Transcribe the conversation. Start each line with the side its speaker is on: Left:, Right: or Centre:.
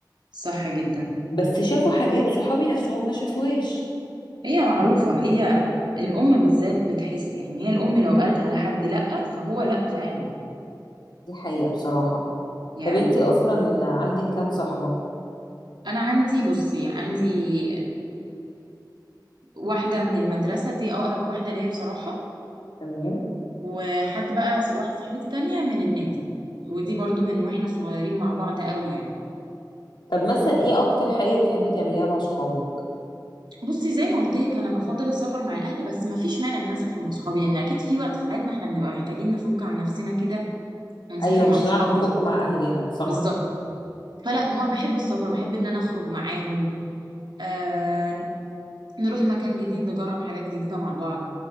Right: صح جدا
Left: بس شافوا حاجات صحابي نفسهم ما شافوهاش
Right: هي معروفه هي الام بالذات بتحس يعني هي الام لو قالت على حد لا فهو لا فعلا
Left: دي حقيقه بصراحه
Right: يعني
Left: طب انتي اصلا عندك كام صاحبه
Right: انا عندي بصي عندي واحدة من المدرسة دي أقرب واحدة ليا بصراحة
Left: تمام
Right: وحد بقى س- واحدة صاحبتي تانية من النادي ودي برضو من واحنا صغيرين مع بعض قوي يعني
Left: طب مثلا ايه اكتر حاجه بتحبي تعمليها مع صحابك
Right: بصي زي ما قلت لك انا بفضل السفر مع الاهل بس ما فيش مانع ان انا اسافر مع صحابي لان اكيد في وقت في حياتنا احنا بنبقى محتاجين نفك عن نفسنا كده ونسافر
Left: ايوه مش
Right: مع صحابنا
Left: هنعرف نفك مع اهلنا صح
Right: بالظبط فلا ما بحب السفر بحب ان انا اخرج معاهم آه نروح مكان جديد نجرب حاجات جديدة مع بعض